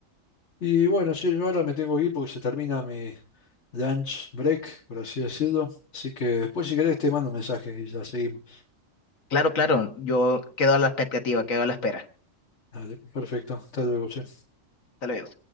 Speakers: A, on the left; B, on the left.
A: Y bueno, sí, yo ahora me tengo que ir porque se termina mi lunch break, por así decirlo. Así que después si querés te mando un mensaje y ya seguimos.
B: Claro, claro, yo quedo a la expectativa, quedo a la espera.
A: Dale, perfecto. Hasta luego, che.
B: Hasta luego.